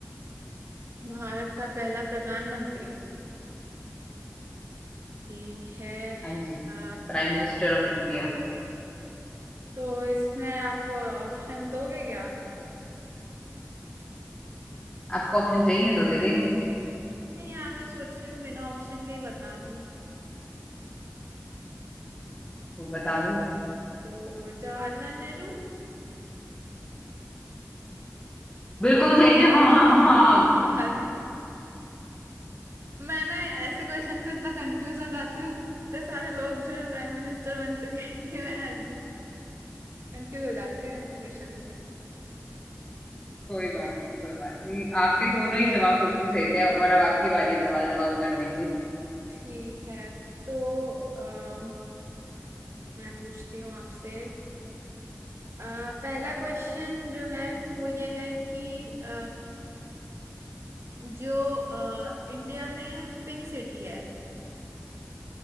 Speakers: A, on the right; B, on the left.
A: भारत का पहला प्रधानमंत्री ठीक है
B: हाँ जी
A: आ,
B: प्राइम मिनिस्टर ऑफ इंडिया
A: तो इसमें आप ऑप्शन दोगे क्या
B: आपको ऑप्शन चाहिए तो दे देंगे
A: नहीं यार मैं सोच रही हूँ बिना ऑप्शन के ही बता दूं
B: तो बता दो
A: तो जवाहरलाल नेहरू
B: बिल्कुल सही जवाब
A: <laughs> अरे मैं ना ऐसे क्वेश्चंस में इतना कंफ्यूज हो जाती हूँ इतने सारे लोग जो है प्राइम मिनिस्टर बन चुके हैं कि मैं कंफ्यूज हो जाती हूँ ऐसे क्वेश्चन में
B: कोई बात नहीं कोई बात नहीं आपके दोनों ही जवाब बिल्कुल सही थे और अब आपकी बारी है सवाल जवाब करने की
A: ठीक है तो आ, मैं पूछती हूँ आपसे अ, पहला क्वेश्चन जो है वो ये है कि अ, जो अ, इंडिया में पिंक सिटी है